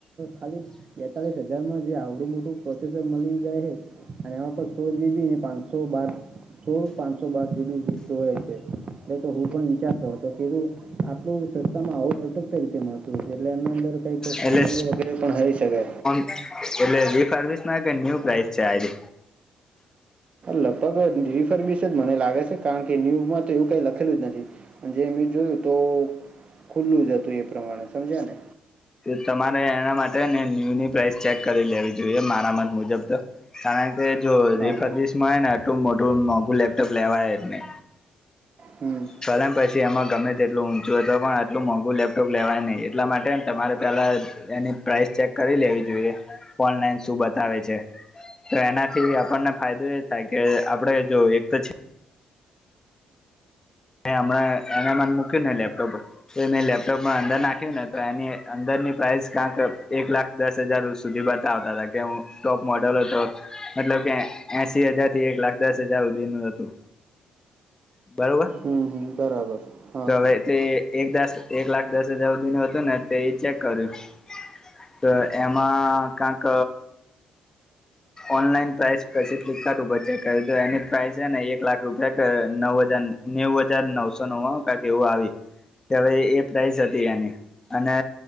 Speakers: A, on the right; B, on the left.
A: ખાલી બૈતાલીસ હજાર નુ જે આવળું મોટુ પજેસન મલી જાય હે. અને એમાં પણ સોડ જી બી ને પાંચસો બા. સોળ પાંચસો બાર જીબી જ જોય છે એટલે તો હું પણ વિચારતો હતો ખેડું આટલું સસ્તામાં આવું લેપટોપ કેવી રીતે મળતું હો છે એટલે એના અંદર. કઈ તો
B: એટલે
A: ખીઓ વગેરે પણ હઈ શકે.
B: એટલે રીફારવિસમાં કે ન્યુ પ્રાઈસ છે આજે.
A: લગભગ રીફર બિશન જ મને લાગે છે કારણ કે ન્યુમાં તો એવું કઈ લખેલું જ નથી. જે મેં જોયું તો ખુલ્લું જ હતું એ પ્રમાણે સમજ્યા ને.
B: તમારે એના માટે ને ન્યુની પ્રાઇસ ચેક કરી લેવી જોઈએ મારા મત મુજબ તો કારણ. તે જો
A: હા
B: રિફરવિસ
A: હા
B: માંયને આટલું મોટું મોંઘું લેપટોપ લેવાય જ નહિ
A: હમ
B: ફલન પછી એમાં ગમે તેટલું ઊંચું હતુ પણ આટલું મોંઘું લેપટોપ લેવાય નહીં એટલા માટે તમારે પહેલાં. એની પ્રઇસ ચેક કરી લેવી જોઈએ ઓનલાઈન શું બતાવે છે. તો એનાથી આપણને ફાયદો એ થાય કે આપડે જો એકજ હ હમણાં એને મને મૂક્યું ને લેપટોપ. તો એને લેપટોપમાં અંદર નાખ્યું ને તો એની અંદરની પ્રાઇસ ક્યાંક એક લાખ દસ હજાર સુધી બતાવતા હતા કે હું ટોપ મોડલ હતો. મતલબ કે એ એશી હજાર થી એક લાખ દસ હજાર હુધી નું હતું. બરોબર.
A: હમ હમ બરાબર. હા
B: તો હવે તે એક દસ એક લાખ દસ હજાર હુધી નુ હતું ને તો એ ચેક કર્યું તો એમાં કાક. ઓનલાઈન પ્રાઇસ પછી ફ્લિપકાર્ટ ઉપર ચેક કરયુ તુ એની પ્રાઇસ હે ને એક લાખ રૂપિયા કે નવ હજાર. નેવું હજાર નવસો નવાળુ કાયક એવું આવી કે હવે એ પ્રાઇસ હતી એની અને